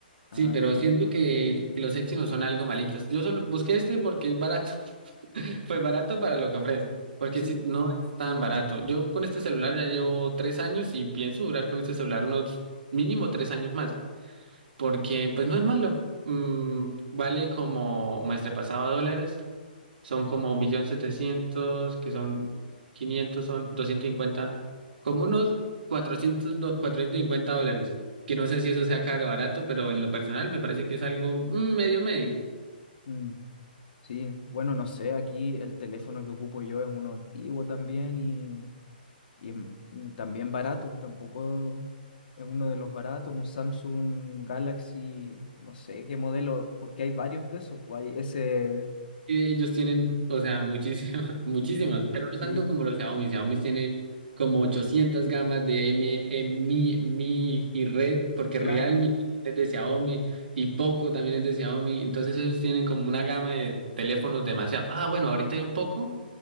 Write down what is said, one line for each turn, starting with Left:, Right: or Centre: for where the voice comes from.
Left: Ah,
Right: Sí, pero siento que, que los Exynos son algo malitos. Yo solo busqué este porque es barato. Pues barato para lo que ofrece, porque
Left: sí,
Right: si no es tan barato. Yo con este celular ya llevo tres años y pienso durar con este celular unos mínimo tres años más, porque pues no es malo. Mm, vale como me pasaba dólares, son como un millón setecientos, que son 500 son 250, como unos 400 do- 450 dólares, que no sé si eso sea caro o barato, pero en lo personal me parece que es algo mm, medio medio.
Left: mm, sí. Bueno, no sé, aquí el teléfono que ocupo yo es uno antiguo también y, y es m- mm, también barato. Tampoco es uno de los baratos, un Samsung Galaxy, no sé qué modelo, porque hay varios de esos. pues, Hay ese,
Right: que ellos tienen, o sea, muchísimas, <laughs> muchísimas,
Left: mucho,
Right: pero
Left: sí,
Right: no tanto como los Xiaomi. Xiaomi tiene como 800 gamas de M, eh, Mi, Mi y Red, porque
Left: claro.
Right: Realme es de Xiaomi y Poco también es de Xiaomi. Entonces ellos tienen como una gama de teléfonos demasiado. Ah, bueno, ahorita hay un Poco